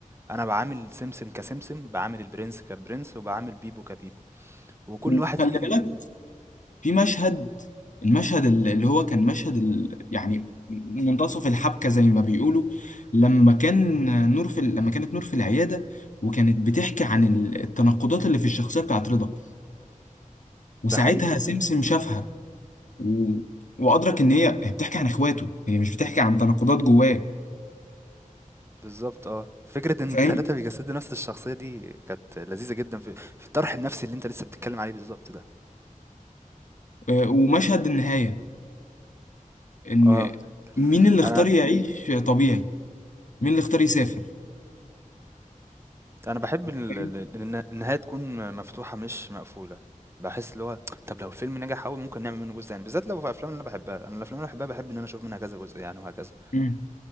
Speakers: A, on the right; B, on the left.
A: أنا باعامل سمسم كسمسم، باعامل البرنس كبرنس، وباعامل بيبو كبيبو، وكل
B: وخلي
A: واحد فيه ال
B: بالك
A: ال
B: في مشهد المشهد ال- اللي هو كان مشهد ال... يعني منتصف الحبكة زي ما بيقولوا لما كان نور في ال- لما كانت نور في العيادة وكانت بتحكي عن ال- التناقضات اللي في الشخصية بتاعت رضا وساعتها
A: ده حقيقي،
B: سمسم شافها و... وادرك ان هي هي بتحكي عن اخواته هي مش بتحكي عن تناقضات جواه
A: بالضبط آه. فكرة إن
B: فاهم
A: ال3 بيجسدوا نفس الشخصية دي كانت لذيذة جدًا في في الطرح النفسي اللي أنت لسه بتتكلم عليه بالضبط ده.
B: آه، ومشهد النهايه ان
A: آه،
B: مين اللي اختار
A: أنا
B: يعيش طبيعي مين اللي اختار يسافر
A: أنا باحب ال
B: فاهم
A: ال الن النهاية تكون مفتوحة مش مقفولة، باحس اللي هو طب لو الفيلم نجح أوي ممكن نعمل منه جزء تاني، بالذات لو في أفلام اللي أنا باحبها، أنا الأفلام اللي أنا باحبها باحب إن أنا أشوف منها كذا جزء يعني وهكذا.
B: مم.